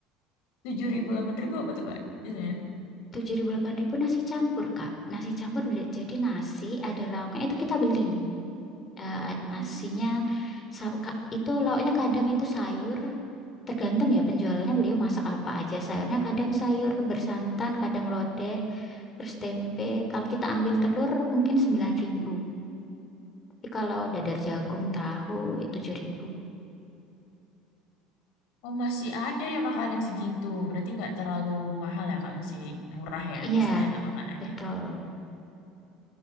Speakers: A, on the left; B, on the left.
A: Tujuh ribu, delapan ribu apa tuh Kak biasanya?
B: Tujuh ribu, delapan ribu nasi campur, Kak. Nasi campur udah jadi nasi, ada lauknya. Itu kita beli. Eh, nasinya
A: Hmm.
B: sa- ka- itu lauknya kadang itu sayur. Tergantung ya penjualnya beliau masak apa aja. Sayurnya kadang sayur bersantan, kadang lodeh, terus tempe. Kalau kita ambil telur mungkin 9.000. Tapi kalau dadar jagung, tahu ya 7.000.
A: Oh masih ada ya makanan segitu. Berarti nggak terlalu mahal ya Kak, masih murah ya
B: Iya,
A: di sana makanannya.
B: betul.